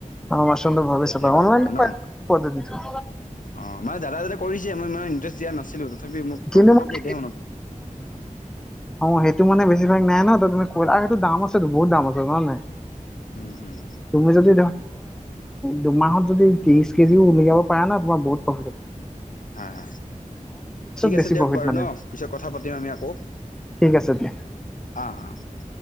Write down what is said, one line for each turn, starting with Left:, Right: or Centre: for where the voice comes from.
Centre: অ' মস্ৰুমটো ভাবি
Left: কেতিয়া
Centre: চাবা,
Left: কৰিব
Centre: অনলাইন
Left: পাৰো ন
Centre: পদ্ধতিটো
Left: অ' মানে দাদা এজনে কৰিছে মই ইমানো ইণ্টাৰেষ্ট দিয়া নাছিলো তথাপি মোক
Centre: কিন্তু
Left: পটকেতিয়া
Centre: মানে সেইটো অ সেইটো মানে বেছিভাগ নাই ন ত তুমি কলা সেইটো দাম আছেতো বহুত দাম আছে নয় নয়
Left: উম হুম
Centre: তুমি যদি দুমাহত যদি ত্ৰিশ কেজিও উলিয়াব পাৰা ন তোমাৰ বহুত প্ৰফিট হ'বল
Left: হ হ ঠিক
Centre: বেছি
Left: আছে দিয়ক
Centre: প্ৰফিট
Left: বাৰু
Centre: মানে
Left: ন পিছত কথা পাতিম আমি আকৌ
Centre: ঠিক আছে দিয়া
Left: আ আ হ'ব।